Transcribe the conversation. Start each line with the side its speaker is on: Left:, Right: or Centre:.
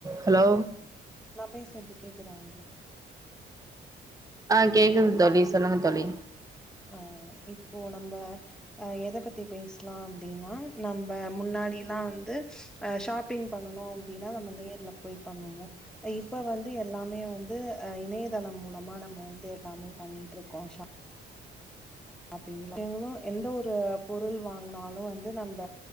Right: ஹலோ
Centre: நா பேஸ்றது கேக்குதா உங்களுக்கு
Right: ஆஹ் கேக்து தோழி சொல்லுங்க தோழி
Centre: ஆஹ் இப்போ நம்ப ஆஹ் எத பத்தி பேசலா அப்டின்னா நம்ப முன்னாடிலா வந்து அஹ் ஷாப்பிங் பண்ணனு அப்டின்னா நம்ப நேர்ல போய் பண்ணுவோ இப்ப வந்து எல்லாமே வந்து அஹ் இணையதளம் மூலமா நம்ப வந்து எல்லாமே பண்ணிட்ருக்கோ ஷாப் அப்டிங்களா இனிமே எந்த ஒரு பொருள் வாங்னாலு வந்து நம்ப